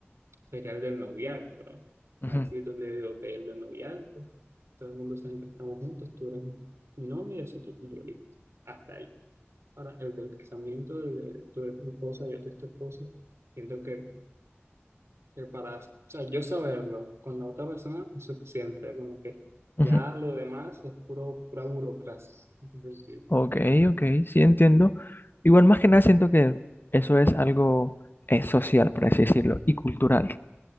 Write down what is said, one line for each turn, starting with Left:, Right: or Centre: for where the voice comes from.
Right: sería el del noviazgo, ¿no?
Left: ujú,
Right: Ahí sí es donde veo que el del noviazgo. Todo el mundo sabe que estamos juntos, tú eres mi, mi novia y yo soy tu novio, Hasta ahí. Ahora, el del casamiento, el de tú eres mi esposa, yo te estoy esposa, siento que que para, o sea, yo saberlo con la otra persona es suficiente, como que
Left: ujú.
Right: ya lo demás es puro, pura burocracia. Entonces, sí,
Left: Ok, ok, sí entiendo. Igual más que nada siento que eso es algo eh, social, por así decirlo, y cultural,